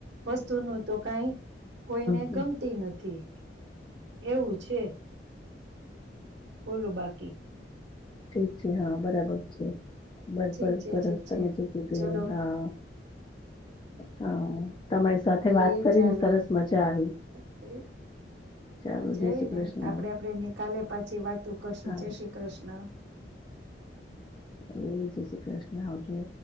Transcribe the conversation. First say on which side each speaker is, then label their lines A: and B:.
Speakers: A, on the right; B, on the left.
A: વસ્તુ નું તો કાઈ કોઈને
B: હમ.
A: ગમતી નથી એવું છે બોલો બાકી
B: ઠી હા બરાબર છે બસબર
A: ઠીક છે
B: સરસતા
A: ઠીક છે
B: મજ ક ગ
A: ચલો
B: હા હા તમારી સાથે
A: એ
B: વાત કરીને
A: ચાલો
B: સરસ મજા આવી
A: વાત કરીએ
B: ચાલો
A: મજા
B: જય
A: આવી
B: શ્રી કૃષ્ણ
A: ને આપડે આપડે ન કાલે પછી વાતો કરશું
B: હા
A: જય શ્રી કૃષ્ણ
B: એ જ શ્રી કૃષ્ણ આવજે